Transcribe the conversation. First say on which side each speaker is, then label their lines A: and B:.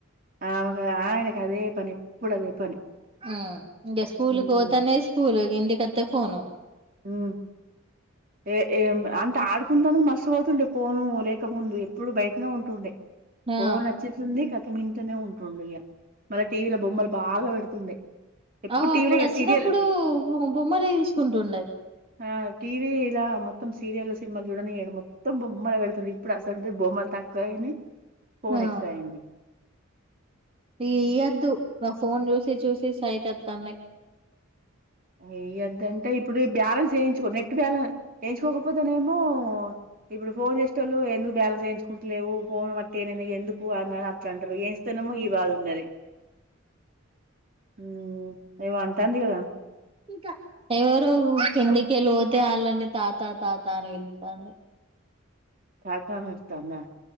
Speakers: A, on the right; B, on the right.
A: ఆమెక ఆయనకు అదే పని ఎప్పుడు అదే పని.
B: ఆ ఇంగ స్కూల్కి
A: ఉమ్
B: పోతనే స్కూల్ ఇంటి అత్తే ఫోను
A: ఉ. ఏ ఏం అంటే ఆడుకుంటందుకు మస్తు పోతుండే ఫోను లేకముందు ఎప్పుడు బయట్ ట్నే ఉంటుండే
B: ఆ
A: ఫోన్ వచ్చినసుంది క తం ఇంట్లనే ఉంటుండు ఇగ మళ్ళ టీవీల బొమ్మలు బాగా పెడుతుండే. ఎప్పుడు
B: అవు
A: టీవీలో
B: అప్పుడు
A: ఇగ
B: వచ్చినప్పుడు
A: సీరియల్
B: బో బొమ్మలే తీసుకుంటుండే.
A: ఆ టీవీ లా మొత్తం సీరియల్ సినిమాలు చూడనియరు. మొత్తం బొమ్మలు పెడుతుర్రు ఇప్పుడు అసొంటిది బొమ్మలు తక్కువయినయి ఫోన్
B: ఆ
A: ఎక్కువ అయ్యింది.
B: ఈ ఇయ్యొద్దు నా ఫోన్ చూసి చూసి సైట్ వత్తన్నాయి.
A: ఇయ్యదంటే ఇప్పుడు ఈ బ్యాలెన్స్ వేయించుకో నెట్ బ్యాలెన్ వేయించుకోకపోతేనే మొ మో ఇప్పుడు ఫోన్ చేసేటోళ్ళు ఎందుకు బ్యాలన్స్ వేయించు లేవు ఫోన్ పట్ తేనైనే ఎందుకు అని అట్లా అంటారు ఏంస్తన్నామో ఈ బాధ ఉన్నది. ఉ ఏమో అంటంది. కదా
B: ఇంకా ఎవరో కిందికెళ్ళి పోతే వాళ్ళని తాత, తాత అని పిల్తాండు
A: తాతా అని పిలుత్తాదా.